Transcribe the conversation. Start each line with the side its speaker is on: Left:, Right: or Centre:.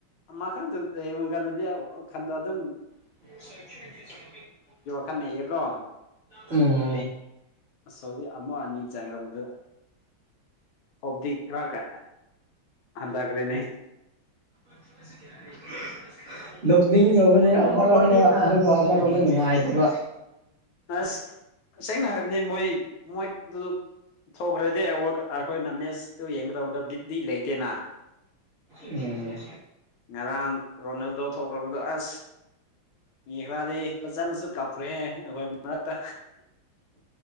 Left: ꯑꯃ ꯈꯟꯗꯡ ꯂꯩꯕ ꯀꯥꯟꯗꯗꯤ ꯈꯟꯗ ꯑꯗꯨꯝ
Right: <unintelligible>
Left: ꯈꯪꯅꯩꯌꯦꯀꯣ
Right: ꯎꯝ
Left: ꯑꯁ ꯍꯧꯖꯤꯛ ꯑꯃꯥ ꯑꯅꯤ ꯆꯪꯈ꯭ꯔꯕꯗꯨ ꯍꯞꯗꯤ ꯏꯔꯥꯛ ꯀ ꯑꯟꯗꯒ꯭ꯔꯦꯅꯦ
Right: <unintelligible> ꯅꯣꯛꯅꯤꯡꯉꯕꯅꯦ ꯑꯃꯔꯣꯝꯗ ꯑꯗꯨꯒ ꯑꯃꯔꯣꯝꯗ ꯅꯨꯡꯉꯥꯏꯇꯕ
Left: ꯑꯁ ꯁꯦꯡꯅ ꯍꯥꯏꯕꯅꯦ ꯃꯣꯏ ꯃꯣꯏꯗꯨ ꯊꯣꯛꯈ꯭ꯔꯗꯤ ꯑꯩꯈꯣꯏꯅ ꯃꯦꯁꯇꯨ ꯌꯦꯡꯒꯗꯕꯗ ꯕꯤꯠꯗꯤ ꯂꯩꯇꯦꯅ
Right: ꯎꯝ
Left: ꯉꯔꯥꯡ ꯔꯣꯅꯦꯜꯗꯣ ꯊꯣꯛꯈ꯭ꯔꯕꯗꯣ ꯑꯁ ꯌꯦꯡꯈ꯭ꯔꯗꯤ ꯐꯖꯅꯁꯨ ꯀꯥꯞꯈ꯭ꯔꯦ ꯑꯩꯈꯣꯏ ꯃꯔꯛꯇ